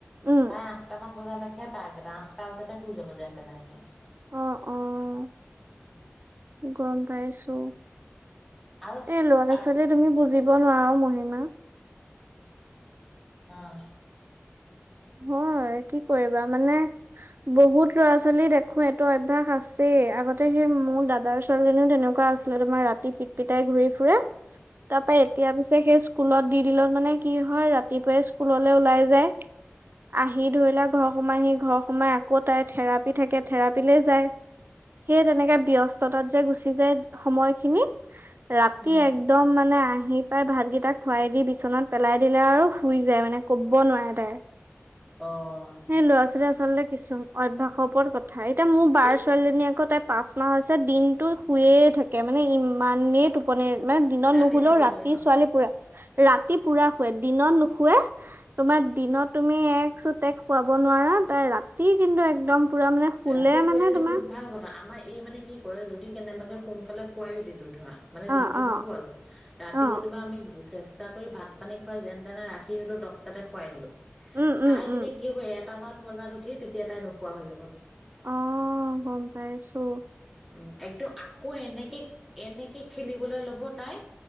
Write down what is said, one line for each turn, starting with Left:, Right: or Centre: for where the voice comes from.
Right: উম
Centre: প্ৰায় আঠটা মান বজালৈকে হে টাৰ্গেট আঠটা বজাতে শুই যাব যেন তেনে হ'লেও।
Right: অঁ', অঁ' গম পাইছোঁ।
Centre: আৰু
Right: এই ল'ৰা-ছোৱালী
Centre: অ
Right: তুমি বুজিব নোৱাৰা অ মহিমা।
Centre: অঁ
Right: হয়, কি কৰিবা? মানে, বহুত ল'ৰা-ছোৱালী দেখো এইটো অভ্যাস আছেই, আগতে সেই মোৰ দাদাৰ- ছোৱালীজনীও তেনেকুৱা আছিলে। তোমাৰ ৰাতি পিটপিটাই ঘূৰি ফুৰে।
Centre: <inaudible>
Right: তাৰপৰা এতিয়া পিছে সেই স্কুলত দি দিলেও মানে কি হয় ৰাতিপুৱাই স্কুললৈ ওলাই যায়। আহি ধৰিলোৱা ঘৰ সোমাইহি ঘৰ সোমাই আকৌ তাইৰ থেৰাপি থাকে থেৰাপীলৈ যায়। সেই তেনেকে ব্যস্ততাত যে গুচি যায় সময়খিনি। ৰাতি
Centre: উম।
Right: এক- দম মানে আহি পাই ভাতকেইটা খুৱাই দি বিচনাত পেলাই দিলে আৰু শুই যায় মানে ক'ব নোৱাৰে তাই।
Centre: অঁ'
Right: এ, ল'ৰা-ছোৱালী আচলতে কিছু অভ্যাসৰ ওপৰত কথা। এতিয়া মোৰ বাৰ
Centre: এই
Right: ছোৱালীজনী আকৌ তাই- পাঁচ মাহ হৈছে দিনটো শুয়ে থাকে মানে ইমানেই টোপ- পনি। মানে দিনত
Centre: ৰাতি
Right: নুশুলেও
Centre: নুশুৱে
Right: ৰাতি
Centre: চাগে ন?
Right: ছোৱালী পুৰা- ৰাতি পুৰা শুৱে। দিনত নুশুৱে তোমাৰ দিনত- তুমি এক চোতে শুৱাব নোৱাৰা। তাৰ ৰাতি কিন্তু একদম পুৰা মানে- শুলে
Centre: ৰাতি শুৱে
Right: মানে
Centre: যদি
Right: তোমাৰ
Centre: বহুত ভাল কথা। আমাৰ এই মানে কি কৰে যদি কেনেবাকে সোনকালে- শুৱাইও দিলোঁ ধৰা, মানে দিনটোত
Right: অ অ
Centre: নোশুৱালো ৰাতি
Right: অ
Centre: যেনিবা আমি চে- ষ্টা কৰি ভাত পানী খুৱাই যেন তেনে ৰাখি হ'লেও দচটাতে শুৱাই দিলোঁ।
Right: উম', উম'
Centre: তাই তেতিয়া
Right: উম
Centre: কি হ'ব এটামান বজাত উঠি তেতিয়া তাই নোশুৱা হৈ যাব।
Right: অ গম পাইছোঁ।
Centre: উম' একদম আকৌ এনেকে- এনেকে, খেলিবলে ল'ব তাই,